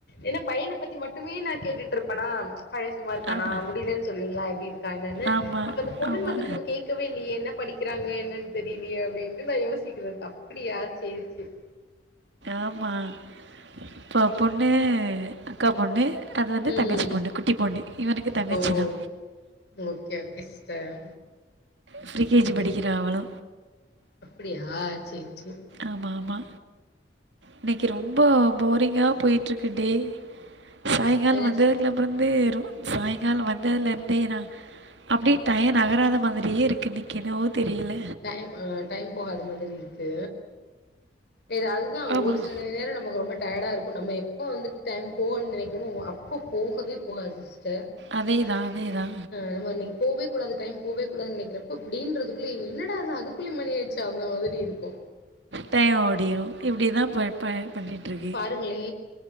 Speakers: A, on the left; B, on the right.
A: ஏன்னா பையன பத்தி மட்டுமே நா கேட்டுட்ருப்பனா பைய சும்மா இருக்கானா
B: ஆமா.
A: முடியலன்னு சொல்லுவிங்ளா எப்டி இருக்கா என்னன்னு
B: ஆமா,
A: அப்ப அந்த பொண்ணுங்கள
B: ஆமா.
A: பத்தி நம்ம கேக்கவே இல்லியே என்ன படிக்கிறாங்க என்னன்னு தெரிலியே அப்டின்ட்டு நா யோசிக்கிறது அப்பிடியா சேரி சேர்
B: ஆமா இப்ப பொண்ணு அக்கா பொண்ணு அது வந்து
A: ம்
B: தங்கச்சி பொண்ணு குட்டி பொண்ணு இவனுக்கு தங்கச்சிதா
A: ஓ okay okay sister
B: pre K G படிக்கிறா அவளு
A: அப்படியா சேர் சேர்
B: ஆமா ஆமா இன்னைக்கு ரொம்ப போரிங்கா போய்ட்ருக்கு டே சாயங்கால
A: என்ன
B: வந்ததுக்கப்பற
A: சிஸ்டர்
B: வந்து ரொ சாயங்கால வந்ததுல இருந்தே நா அப்டே டய நகராத மாதிரியே இருக் கு இன்னிக்கி என்னவோ தெரியல
A: டைம் டைம் போகாத மாதிரி இருக்கு எதாது அதா
B: ஆமாம்
A: ஒரு சில நேர நமக்கு ரொம்ப டயர்டா இருக்கு நம்ம எப்ப வந்துட்டு டைம் போகு நெனக்குமோ அப்ப போகவே போகாது சிஸ்டர்
B: அதேதா அதேதா
A: நாம இன்னைக்கு போவே கூடாது டைம் போவே கூடாது நெனைக்கிறப்ப இப்டின்றதுக்குள்ள என்னடா அது அதுக்குல மணி ஆயிருச்சா அந்த மாதிரி இருக்கு
B: டைம் ஓடிரு இப்டிதா ப ப பண்ணிட்ருக்கு
A: துங்ளே